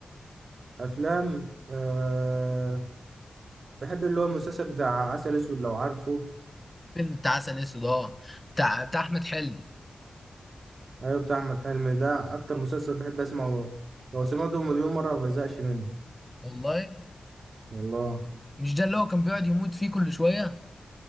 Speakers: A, on the right (about 60°); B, on the left (about 20°).
A: افلام أه بحب اللي هو المسلسل بتاع عسل اسود لو عارفه
B: فيلم بتاع عسل اسود اه بتاع بتاع احمد حلمي
A: ايوه بتاع احمد حلمي ده اكتر مسلسل بحب اسمعه لو سمعته مليون مرة ما بزهقش منه
B: والله
A: والله
B: مش ده اللي هو كان بيقعد يموت فيه كل شوية